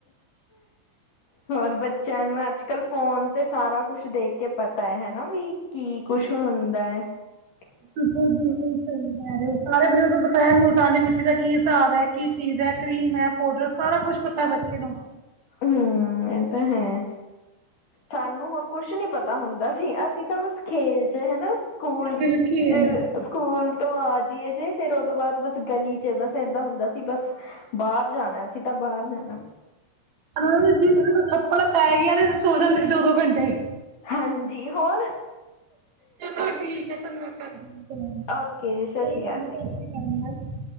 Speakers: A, on the left; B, on the right.
A: ਹੋਰ ਬੱਚਿਆਂ ਨੂੰ ਅੱਜ-ਕੱਲ ਫੋਨ ਤੇ ਸਾਰਾ ਕੁਛ ਦੇਖਕੇ ਪਤਾ ਹੈ, ਹੈਨਾ ਵੀ, ਕੀ ਕੁਛ ਹੁੰਦਾ ਐ। ਹ <inaudible>
B: ਬਿਲਕੁਲ-ਬਿਲਕੁਲ ਸਹੀ ਕਹਿ ਰਹੇ ਹੋ, ਸਾਰੇ ਬਚਿ ਪਤਾ ਮੁਲਤਾਨੀ ਮਿੱਟੀ ਦਾ ਕੀ ਹਿਸਾਬ ਹੈ, ਕਿ ਚੀਜ਼ ਹੈ ਕ੍ਰੀਮ ਹੈ, ਪਾਊਡਰ ਸਾਰਾ ਕੁੱਛ ਪਤਾ ਬੱਚੇ ਨੂੰ।
A: ਹੂੰ, ਇਹ ਤਾਂ ਹੈ, ਸਾਨੂੰ ਹੋਰ ਕੁਛ ਨੀ ਪਤਾ ਹੁੰਦਾ ਵੀ, ਅਸੀਂ ਤਾਂ ਬਸ ਖੇਲ'ਚ ਹਨਾ ਸਕੂਲ 'ਚ
B: ਬਿਲਕੁਲ
A: ਸਕੂਲ ਤੋਂ ਆਜੀਏ ਤੇ, ਫਿਰ ਓਹਦੋਂ ਬਾਅਦ ਬਸ ਗਲੀ'ਚ ਬਸ ਏਦਾਂ ਹੁੰਦਾ ਸੀ ਬਸ। ਬਾਹਰ ਜਾਣਾ, ਅਸੀਂ ਤਾ ਬਾਹਰ ਜਾਣਾ।
B: ਹਾਂ, ਜੇ ਕਿਸੀ ਕੋਲੋ ਥੱਪੜ ਪੈਗਿਆ, ਤੇ ਸੋ ਜਾਂਦੇ ਸੀ ਦੋ-ਦੋ ਘੰਟੇ।
A: ਹਾਂਜੀ, ਹੋਰ।
B: ਚਲੋ ਠੀਕ ਏ, ਧੰਨਵਾਦ ਕਰਦੀ ਹਾਂ, ਤੁੂੰ
A: ਓਕੇ ਜੀ
B: ਠੀਕ
A: ਸਤਿ ਸ਼੍ਰੀ ਅਕਾਲ
B: ਏ ਜੀ, ਸਤਿ ਸ਼੍ਰੀ ਅਕਾਲ, ਮੈਮ।